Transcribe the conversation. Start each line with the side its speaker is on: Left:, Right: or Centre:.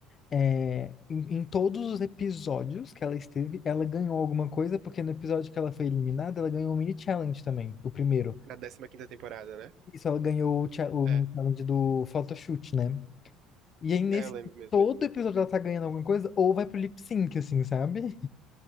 Left: é, em, em todos os episódios que ela esteve, ela ganhou alguma coisa, porque no episódio que ela foi eliminada, ela ganhou o mini challenge também, o primeiro.
Right: Na décima quinta temporada, né?
Left: Isso, ela ganhou o, cha- o
Right: É,
Left: mini challenge do photoshoot, né? E aí, nesse
Right: é, eu lembro mesmo.
Left: todo episódio, ela tá ganhando alguma coisa, ou vai pro lip sync, assim, sabe?